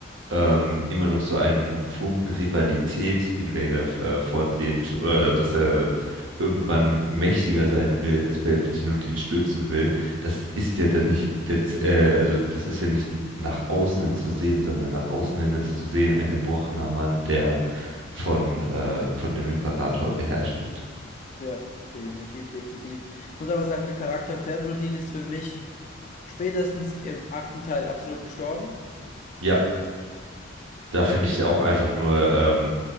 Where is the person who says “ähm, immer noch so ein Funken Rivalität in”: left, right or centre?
Right